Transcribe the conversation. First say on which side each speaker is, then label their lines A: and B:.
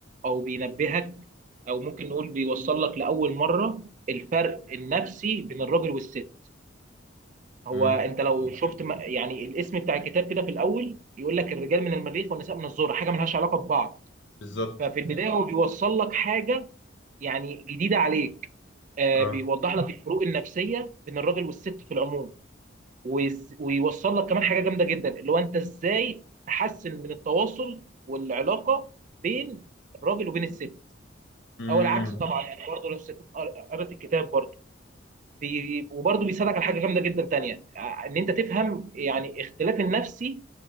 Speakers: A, on the right; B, on the left.
A: او بينبهك او ممكن نقول بيوصل لك لاول مره الفرق النفسي بين الراجل والست هو
B: امم
A: انت لو شفت ما- يعني الاسم بتاع الكتاب كده في الاول يقول لك الرجال من المريخ والنساء من الذره حاجه ملهاش علاقه ببعض
B: بالظبط
A: ففي البدايه هو بيوصل لك حاجه يعني جديده عليك آه،
B: اه
A: بيوضح لك الفروق النفسيه بين الراجل والست في العموم ويز- ويوصل لك كمان حاجه جامده جدا اللي هو انت ازاي تحسن من التواصل والعلاقه بين الراجل وبين الست
B: امم
A: او العكس طبعا يعني برضه لو الست قرأت الكتاب برضه بي- وبرضه بيساعدك على حاجه جامده جدا تانيه ع- ان انت تفهم يعني اختلاف النفسي